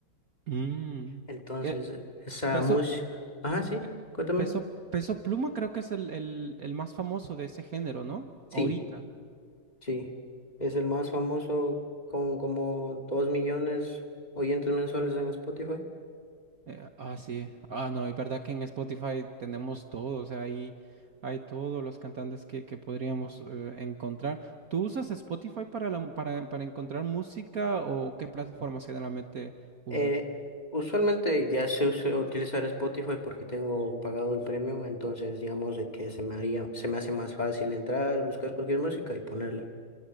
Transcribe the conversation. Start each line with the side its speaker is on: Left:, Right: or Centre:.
Right: Mm,
Left: Entonces,
Right: que
Left: esa
Right: peso,
Left: música, ajá, sí,
Right: pe-
Left: cuéntame.
Right: peso, peso pluma creo que es el, el, el más famoso de ese género, ¿no?
Left: Sí,
Right: Ahorita.
Left: sí, es el más famoso con como dos millones oyentes mensuales en Spotify.
Right: Eh, ah, sí. Ah, no, es verdad que en Spotify tenemos todo, o sea, ahí hay todos los cantantes que, que podríamos eh, encontrar. ¿Tú usas Spotify para, la- para, para encontrar música o qué plataformas generalmente usas?
Left: Eh, usualmente ya sé us- utilizar Spotify porque tengo pagado el premium, entonces digamos de que se me haría, se me hace más fácil entrar, buscar cualquier música y ponerla.